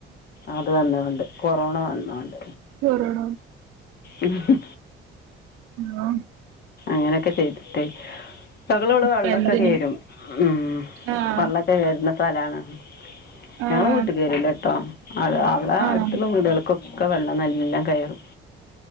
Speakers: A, on the left (about 50°); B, on the right (about 80°).
A: അത് വന്ന കൊണ്ട് കൊറോണ വന്നൊണ്ട്
B: കൊറോണ
A: ആ
B: ആ
A: അങ്ങനെയൊക്കെ ചെയ്തിട്ടെ ഞങ്ങടെ ഇവിടെ
B: ഇപ്പ
A: വെള്ളമൊക്കെ
B: എന്തിന്
A: കയറും ഉ
B: ആഹ്
A: വെള്ളമൊക്കെ കറുന്ന <unintelligible> ഞങ്ങലെ
B: ആഹ്
A: വീട്ടിക്ക്‌ വരൂലട്ടാഅത് അവ്ട
B: ആഹ്
A: അടുത്തുള്ള വീടാൾക്കൊ ഒക്കെ വെള്ളം നല്ലോം കയറും.